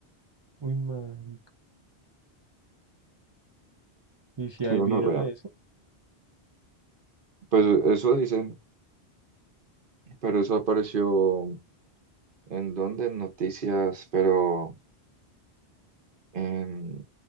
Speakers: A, on the right (about 35°); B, on the right (about 55°).
A: Uy, marica. ¿Y si
B: Qué
A: hay
B: gonorrea.
A: video de eso?
B: Pues eso dicen. Pero eso apareció en dónde, en noticias, pero en,